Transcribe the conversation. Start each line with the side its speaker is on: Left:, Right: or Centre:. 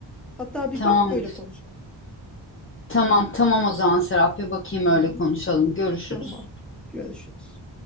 Centre: Hatta bir
Left: Tamam,
Centre: bak öyle konuşalım.
Left: tamam, tamam o zaman Serap bir bakayım öyle
Centre: Hı hı,
Left: konuşalım. Görüşürüz.
Centre: Tamam. Görüşürüz.